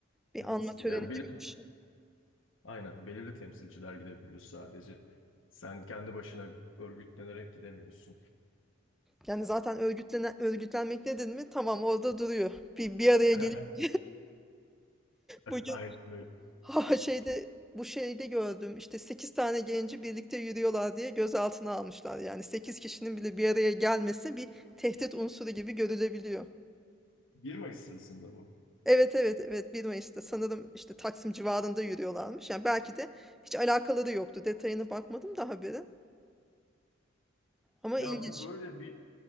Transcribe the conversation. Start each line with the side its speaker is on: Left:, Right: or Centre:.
Centre: Bir
Left: Evet.
Centre: anma töreni
Left: Yani benim
Centre: gibi bir şey.
Left: Aynen belirli temsilciler gidebiliyor sadece. Sen kendi başına örgütlenerek gidemiyorsun.
Centre: Yani zaten örgütlenen, örgütlenmek nedir mi? Tamam orada duruyor. Bir, bir araya
Left: <laughs>
Centre: gelip bu
Left: Aynen öyle.
Centre: Ha şeyde bu şeyde gördüm işte 8 tane genci birlikte yürüyorlar diye gözaltına almışlar. Yani 8 kişinin bile bir araya gelmesi bir tehdit unsuru gibi görülebiliyor.
Left: 1 Mayıs sırasında bu.
Centre: Evet evet evet bir Mayıs'ta sanırım işte Taksim civarında yürüyorlarmış. Yani belki de hiç alakaları yoktu. Detayına bakmadım da haberin. Ama
Left: Ya
Centre: ilginç.
Left: bu böyle bir